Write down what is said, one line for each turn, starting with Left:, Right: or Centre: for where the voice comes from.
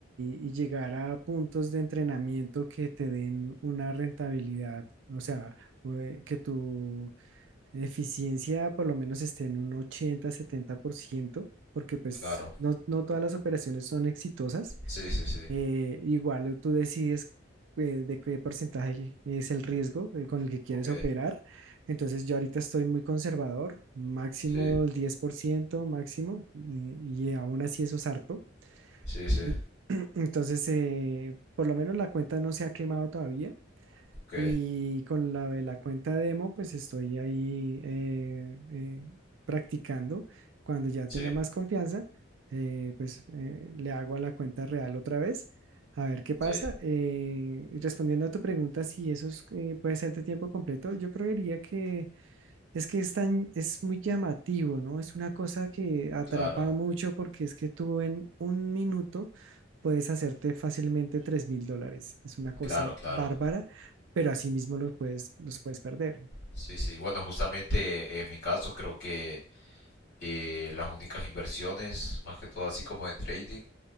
Right: y- y llegar a puntos de entrenamiento que te den una rentabilidad, o sea, o, eh, que tu eficiencia por lo menos esté en un ochenta-setenta por ciento, porque pues
Left: claro.
Right: no, no todas las operaciones son exitosas
Left: Sí, sí, sí.
Right: eh, igual tú decides eh, de qué porcentaje es el riesgo eh, con el que quieres
Left: Ok.
Right: operar. Entonces yo ahorita estoy muy conservador, máximo
Left: Sí,
Right: el 10% máximo, eh, y aún así eso es harto.
Left: sí, sí.
Right: <clears throat> Entonces, eh, por lo menos la cuenta no se ha quemado todavía.
Left: Ok.
Right: Y con la de la cuenta demo, pues estoy ahí eh, eh, practicando. Cuando ya
Left: Sí,
Right: tenga más confianza, eh, pues eh, le hago a la cuenta real otra vez, a ver qué pasa.
Left: sí.
Right: Eh, y respondiendo a tu pregunta, si eso es, eh, puede ser de tiempo completo, yo creería que es que es tan, es muy llamativo, ¿no? Es una cosa que atrapa
Left: Claro,
Right: mucho porque es que tú en un minuto puedes hacerte fácilmente tres mil dólares. Es una cosa
Left: claro, claro.
Right: bárbara, pero asimismo los puedes, los puedes perder.
Left: Sí, sí. Bueno, justamente en mi caso creo que eh, las únicas inversiones, más que todo así como de trading,